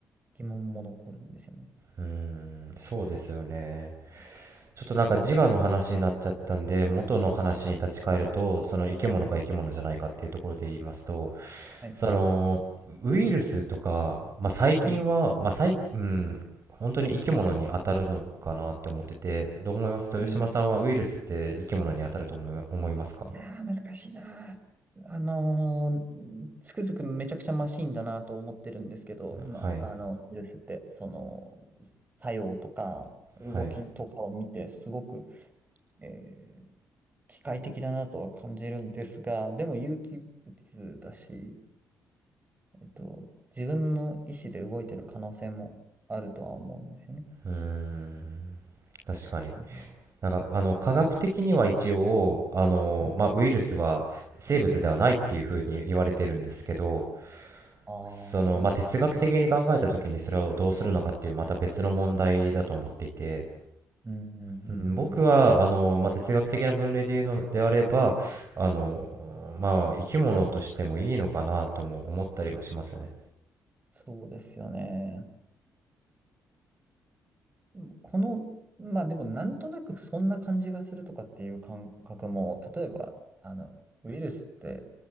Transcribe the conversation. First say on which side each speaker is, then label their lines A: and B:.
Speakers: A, on the right; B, on the right.
A: 疑問も残るんですよね。
B: うーんそうですよねちょっとなんか自我の話になっちゃったんで元の話に立ち返るとその生き物か生き物じゃないかっていうところで言いますと
A: はい。
B: そのウイルスとか、まあ、最近は、
A: うん、
B: まあ最、うん、本当に生き物に当たるのかなって思ってて、どう思います豊島さんはウイルスって生き物に当たると思いま、
A: うん
B: 思いますか
A: いやー、難しいなー。あのーつくづくめちゃくちゃマシンだなと思ってるんですけど、まあ、
B: はい、
A: あの、ウイルスって、その、作用とか、動きとかを見て、
B: はい。
A: すごく、えー機械的だなとは感じるんですが、でも有機物だし、えっと、自分の意思で動いてる可能性もあるとは思うんですよね。
B: うーん、確かに。
A: うん
B: なんか、あの、科学的には一応、あの、
A: うん
B: まあ、ウイルスは生物ではないっていうふうに言われてるんですけど、
A: ああー、
B: その、まあ、哲学的に考えた時にそれをどうするのかっていうまた別の問題だと思っていて、
A: うんうんうんうん。
B: うん僕はあの、まあ、哲学的な分類で言うのであればあの、まあ、生き物としてもいいのかなとも思ったりもしますね。
A: そうですよね。うんこの、まあでもなんとなくそんな感じがするとかっていう感覚も、例えば、あの、ウイルスって